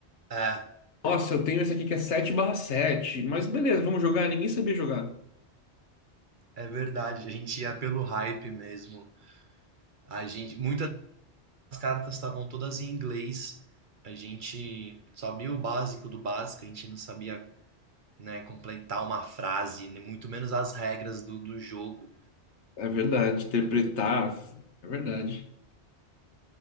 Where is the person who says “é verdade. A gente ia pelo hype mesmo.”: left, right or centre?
Right